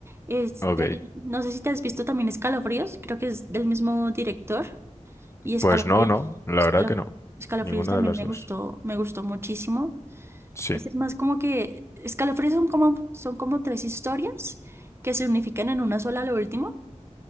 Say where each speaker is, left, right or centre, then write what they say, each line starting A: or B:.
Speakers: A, on the right (about 20°); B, on the left (about 25°).
A: Este,
B: Ok.
A: no sé si te has visto también Escalofríos. Creo que es del mismo director. Y Escalofríos,
B: Pues no, no, la
A: Escalo-
B: verdad que no.
A: Escalofríos
B: Ninguna
A: también
B: de las
A: me
B: dos.
A: gustó, me gustó muchísimo.
B: Sí.
A: Este es más como que Escalofríos son como, son como tres historias que se unifican en una sola a lo último.